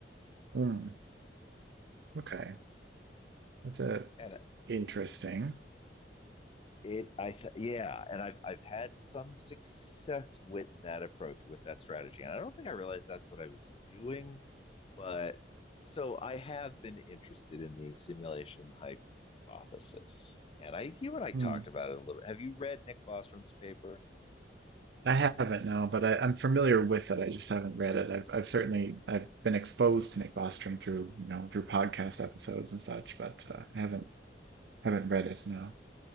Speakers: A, on the right; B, on the left.
A: Hmm. Okay. That's a
B: And
A: interesting.
B: It, I, th- yeah, and I've I've had some success with that approach, with that strategy, and I don't think I realized that's what I was doing, but so I have been interested in the simulation hypothesis, and I, you and I talked
A: Hmm.
B: about it a little. Have you read Nick Bostrom's paper?
A: I haven't no, but I, I'm familiar with it. I just haven't read it. I've I've certainly I've been exposed to Nick Bostrom through you know through podcast episodes and such, but uh, I haven't haven't read it. No.